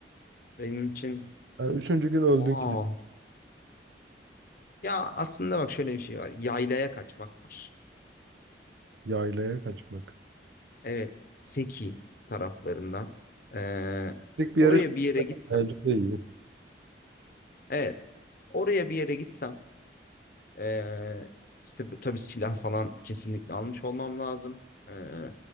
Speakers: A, on the left; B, on the right.
A: Benim için
B: Yani üçüncü gün öldün
A: Aa,
B: ki
A: Ya aslında bak şöyle bir şey var. Yaylaya kaçmak var.
B: yaylaya kaçmak.
A: Evet, Seki taraflarında. Ee,
B: Tek bir
A: oraya
B: yarış
A: bir yere gitsem.
B: bence de iyi.
A: Evet, oraya bir yere gitsem. Ee, işte bu- tabii silah falan kesinlikle almış olmam lazım. Ee,